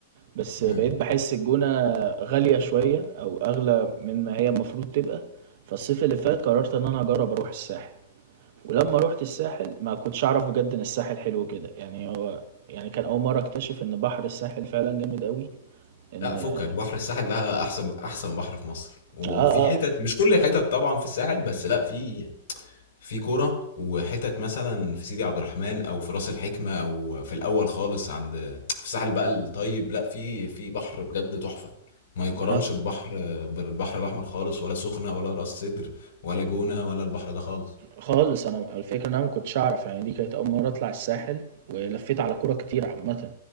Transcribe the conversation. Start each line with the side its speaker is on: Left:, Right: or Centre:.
Right: بس
Left: آه.
Right: بقيت بحس الجونة غالية شوية او اغلى من ما هي المفروض تبقى فالصيف اللي فات قررت ان انا اجرب اروح الساحل ولما روحت الساحل ما كنتش اعرف بجد ان الساحل حلو كده يعني هو يعني كان اول مره اكتشف ان بحر الساحل فعلا جامد قوي ان
Left: لا فكك
Right: اه
Left: بحر الساحل ده احسن احسن بحر في مصر وفي
Right: اه اه
Left: حتت مش كل الحتت طبعا في الساحل بس لا في في كرة وحتت مثلا في سيدي عبد الرحمن او في راس الحكمة او في الاول خالص عند في الساحل بقى الطيب لا في في بحر بجد تحفة ما يقارنش
Right: آه،
Left: ببحر بالبحر الاحمر خالص ولا سخنة ولا راس سدر ولا جونة ولا البحر ده خالص
Right: خالص انا الفكره ان انا ما كنتش اعرف يعني دي كانت اول مره اطلع الساحل ولفيت على كوره كتير عامه